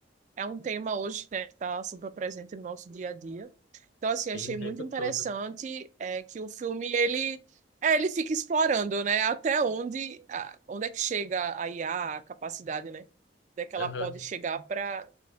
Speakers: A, on the right; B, on the left.
A: é um tema hoje, né, que está super presente no nosso dia a dia. Então,
B: Sim,
A: assim, achei
B: o tempo
A: muito interessante
B: todo.
A: é, que o filme, ele, é, ele fica explorando, né, até onde, a- onde é que chega a IA, a a capacidade, né, onde é que ela
B: Aham.
A: pode chegar para...